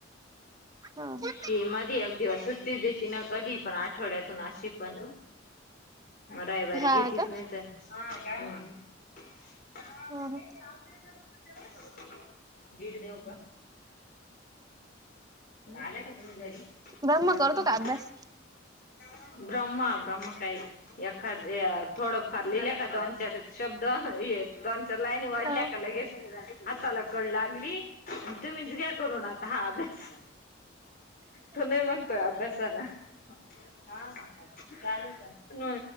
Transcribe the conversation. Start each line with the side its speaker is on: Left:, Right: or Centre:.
Right: ह <inaudible>
Left: ती मधी एक दिवस सुट्टीच देती ना. कधी पण, आठवड्यातून अशी पण. मग रविवारी
Right: हा
Left: घेतीच
Right: का
Left: नाही तर. <inaudible> <unintelligible>
Right: ह
Left: भीड देव का? आले का तुम्ही घरी?
Right: ब्रह्म
Left: बाकी.
Right: करतो का
Left: <inaudible>
Right: अभ्यास?
Left: ब्रह्मा, ब्रह्म काय? एखाद, थोडं फार लिहलं का, दोन- चारच शब्द <unintelligible> दोन -चार लाईनी वढल्या
Right: हा
Left: का, लगेच हाताला कळ लागली. तुम्ही घ्या करून आता हा अभ्यास. तो नाही म्हणतोय अभ्यासाला. <unintelligible> हा काय मनताय? न.